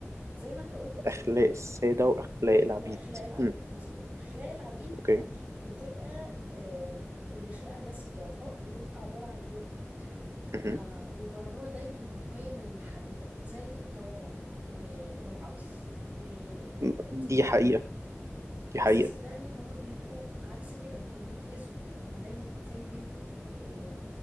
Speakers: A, on the right (about 30°); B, on the right (about 85°).
A: زي ما انت قلت بالظبط
B: أخلاق
A: يعني
B: السادة وأخلاق العبيد
A: واخلاق العبيد
B: مم.
A: مظبوط اخلاق العبيد
B: أوكي
A: بتبقى آه، اللي بيخلقها الناس الضعفاء بتبقى عبارة عن إيه؟
B: مهم.
A: آه بيبرروها دايما بالقيم الحميدة زي التواضع و- والعطف والطيبة
B: م- دي حقيقة دي
A: بس
B: حقيقة
A: صدقني هما بيبقوا عكس كده هما بيتأذوا يعني هما دايما حرفيا بيبقوا آه